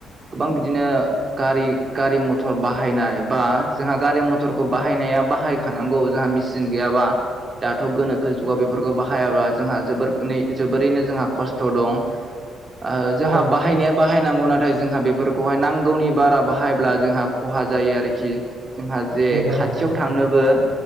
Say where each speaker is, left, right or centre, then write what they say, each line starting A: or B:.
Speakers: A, on the right; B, on the right.
A: गोबां बिदिनो गारि गारि-मथर बाहायनाय बा जोंहा गारि-मथरखौ बाहायनाया बाहायखानांगौ जोंहा मेसिन गैयाबा दाथ' गोनोखो जुगाव बेफोर फोरखौ बाहायाब्ला जोंहा जोबोर नै जोबोरैनो जोंहा खस्थ' दं। ओ जोंहा
B: औ
A: बाहायनाया बाहायनाय नांगौ नाथाय जोंहा बेफोरखौहाय नांगौनि बारा बाहायब्ला जोंहा खहा जायो आरोखि जोंहा जे
B: नंगौ
A: खाथियाव
B: नंगौ
A: थांनोबो